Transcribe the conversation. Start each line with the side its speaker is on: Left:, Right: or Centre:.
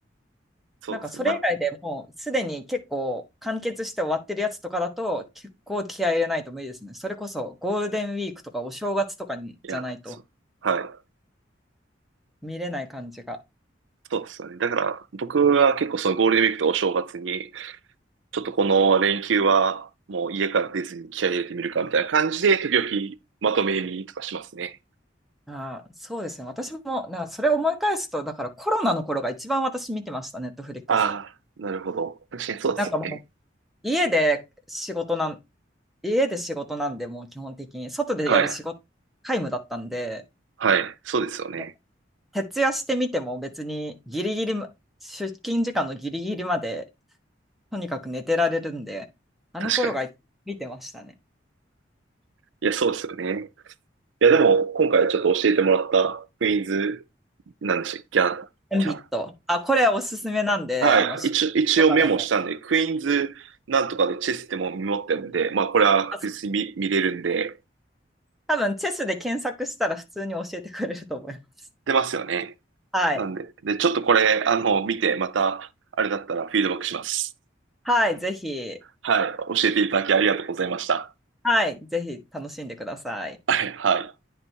Right: そうですね。
Centre: なんかそれ以外でもうすでに結構完結して終わってるやつとかだと、
Right: ま、
Centre: 結構気合い入れないと無理ですね。それこそゴールデンウィークとかお正月とかにじゃないと
Right: いや、そう。はい。
Centre: 見れない感じが。
Right: そうですよね。だから僕は結構そのゴールデンウィークとお正月に、ちょっとこの連休はもう家から出ずに気合い入れてみるかみたいな感じで、時々まとめ見とかしますね。
Centre: ああ、そうですね。私も、なんかそれを思い返すと、だからコロナの頃が一番私見てました、ネットフリックス。
Right: ああ、なるほど。確かにそうですよね。
Centre: なんかもう家で仕事な家で仕事なんで、もう基本的に、外でやる仕事、
Right: はい。
Centre: 皆無だったんで、
Right: はい。そうですよね。
Centre: もう徹夜してみても別にギリギリま出勤時間のギリギリまで、とにかく寝てられるんで、あの頃が見てましたね。
Right: 確かに。いや、そうですよね。いや、でも、今回ちょっと教えてもらったクイーンズ、なんでしたっけ、キャン、
Centre: オンビット。
Right: キャン。
Centre: あ、これおすすめなんで、
Right: はい。
Centre: あの、仕事とかでも。
Right: 一応、一応メモしたんで、クイーンズなんとかでチェスってもメモってるんで、まあ、これは確実に見、
Centre: あ
Right: 見れるんで、
Centre: 多分、チェスで検索したら普通に教えてくれると思います。
Right: 出ますよね。
Centre: はい。
Right: なんで、で、ちょっとこれ、あの、見て、また、あれだったらフィードバックします。
Centre: はい、ぜひ、
Right: はい。教えていただきありがとうございました。
Centre: はい、ぜひ楽しんでください。
Right: はい、はい。